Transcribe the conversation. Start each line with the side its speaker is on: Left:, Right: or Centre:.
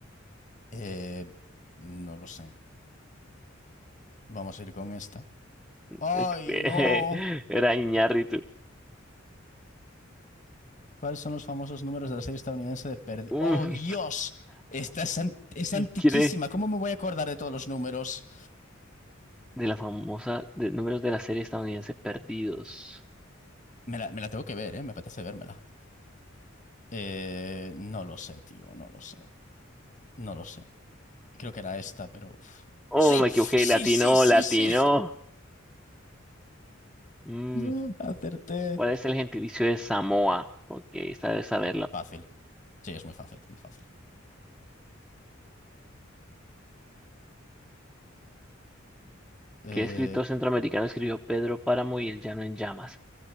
Left: Eh, no lo sé. Vamos a ir con esta.
Centre: <laughs>
Left: ¡Ay, no!
Centre: Era Iñárritu.
Left: ¿Cuáles son los famosos números de la serie estadounidense de Perdidos?
Centre: Mm.
Left: ¡Oh, Dios! Esta es, an- es antiquísima.
Centre: <laughs> ¿Quién es
Left: ¿Cómo me voy a acordar de todos los números?
Centre: de la famosa de números de la serie estadounidense Perdidos?
Left: Me la, me la tengo que ver, ¿eh? Me apetece vérmela. Eh, no lo sé, tío, no lo sé. No lo sé. Creo que era esta, pero... uf.
Centre: Oh,
Left: ¡Sí!
Centre: me
Left: ¡Sí,
Centre: equivoqué, latino,
Left: sí, sí,
Centre: latino.
Left: sí!
Centre: Mm,
Left: <laughs> Acerté.
Centre: ¿Cuál es el gentilicio de Samoa? Ok, esta debe saberla.
Left: Fácil. Sí, es muy fácil, es muy fácil. Eh,
Centre: ¿Qué escritor centroamericano escribió Pedro Páramo y El Llano en Llamas?